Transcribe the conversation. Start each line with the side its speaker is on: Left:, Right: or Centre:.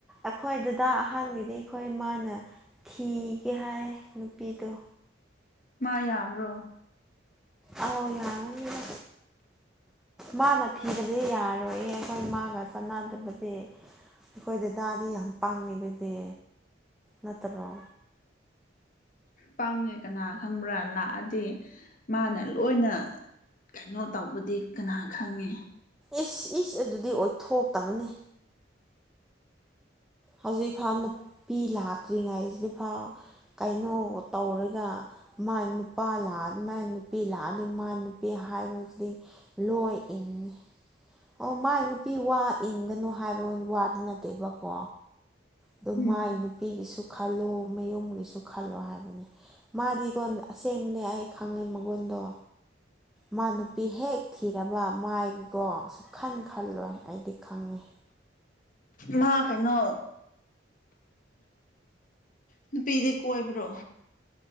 Centre: ꯑꯩꯈꯣꯏ ꯗꯥꯗꯥ ꯑꯍꯥꯟꯕꯒꯤꯗꯤ ꯑꯩꯈꯣꯏ ꯃꯥꯅ ꯊꯤꯒꯦ ꯍꯥꯏ ꯅꯨꯄꯤꯗꯣ
Left: ꯃꯥ ꯌꯥꯕ꯭ꯔꯣ
Centre: ꯑꯧ ꯌꯥꯒꯅꯤꯗ ꯃꯥꯅ ꯊꯤꯕꯗꯤ ꯌꯥꯔꯣꯏꯌꯦ ꯑꯩꯈꯣꯏ ꯃꯥꯒ ꯆꯥꯟꯅꯗꯕꯗꯤ ꯑꯩꯈꯣꯏ ꯗꯥꯗꯥꯗꯤ ꯌꯥꯝ ꯄꯡꯉꯤꯗꯨꯗꯤ ꯅꯠꯇ꯭ꯔꯣ
Left: ꯄꯡꯉꯦ ꯀꯅꯥ ꯈꯪꯕ꯭ꯔꯥ ꯂꯥꯛꯑꯗꯤ ꯃꯥꯅ ꯂꯣꯏꯅ ꯀꯩꯅꯣ ꯇꯧꯕꯗꯤ ꯀꯅꯥ ꯈꯪꯉꯤ
Centre: ꯏꯁ ꯏꯁ ꯑꯗꯨꯗꯤ ꯑꯣꯏꯊꯣꯛꯇꯕꯅꯦ ꯍꯧꯖꯤꯛꯐꯥꯎ ꯅꯨꯄꯤ ꯂꯥꯛꯇ꯭ꯔꯤꯉꯥꯏꯁꯤꯐꯥꯎ ꯀꯩꯅꯣ ꯇꯧꯔꯒ ꯃꯥꯏ ꯅꯨꯄꯥ ꯂꯥꯛꯑ ꯃꯥꯏ ꯅꯨꯄꯤ ꯂꯥꯛꯑꯗꯤ ꯃꯥꯏ ꯅꯨꯄꯤ ꯍꯥꯏꯕꯁꯤꯗꯤ ꯂꯣꯏ ꯏꯟꯅꯤ ꯑꯣ ꯃꯥꯏ ꯅꯨꯄꯤ ꯋꯥ ꯏꯟꯒꯅꯨ ꯍꯥꯏꯕ ꯋꯥꯗꯤ ꯅꯠꯇꯦꯕꯀꯣ ꯑꯗꯨ
Left: ꯎꯝ
Centre: ꯃꯥꯏ ꯅꯨꯄꯤꯒꯤꯁꯨ ꯈꯜꯂꯣ ꯃꯌꯨꯝꯒꯤꯁꯨ ꯈꯜꯂꯣ ꯍꯥꯏꯕꯅꯤ ꯃꯥꯗꯤꯀꯣ ꯑꯁꯦꯡꯕꯅꯦ ꯑꯩ ꯈꯪꯉꯦ ꯃꯒꯨꯟꯗꯣ ꯃꯥ ꯅꯨꯄꯤ ꯍꯦꯛ ꯊꯤꯔꯕ ꯃꯥꯏ ꯒꯣ ꯈꯟ ꯈꯜꯂꯣꯏ ꯑꯩꯗꯤ ꯈꯪꯉꯦ
Left: ꯃꯥ ꯀꯩꯅꯣ ꯅꯨꯄꯤꯗꯤ ꯀꯣꯏꯕ꯭ꯔꯣ